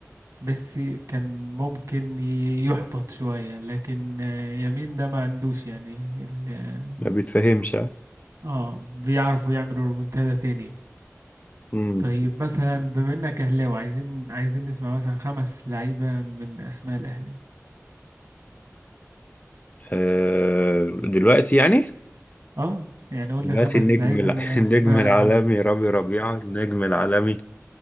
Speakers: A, on the right; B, on the left.
A: ميسي كان ممكن ي- يحبط شوية لكن آه، يمين ده ما عندوش يعني ال-
B: ما بيتفهمش ها؟
A: اه بيعرفوا يعملوا رومنتادا تاني
B: امم
A: طيب مثلا بما انك اهلاوي عايزين عايزين نسمع مثلا خمس لعيبه من اسماء الاهلي
B: آه دلوقتي يعني
A: اه يعني قول
B: دلوقتي
A: لي خمس
B: النجم
A: لعيبه
B: الع...
A: من
B: <laughs>
A: اسماء
B: النجم العالمي
A: الاهلي
B: رامي ربيعة النجم العالمي